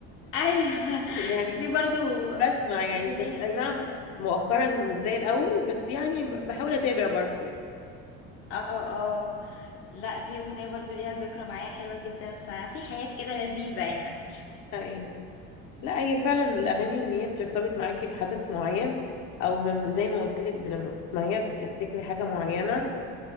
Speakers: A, on the left; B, on the left.
A: ايوه <laughs>
B: يعني
A: دي برضو
B: بسمع يعني
A: اغنيه
B: بس اي نعم مؤخرا مش زي الاول بس يعني ب- بحاول اتابع برضه يعني.
A: اه اه لا دي اغنيه برضو ليها ذكرى معايا حلوه جدا ففي حاجات كده لذيذه يعني
B: ايوه لا هي فعلا الاغاني ان هي بترتبط معاكي بحدث معين او ما- زي ما قلت لك لما بتسمعيها بتفتكري حاجة معينة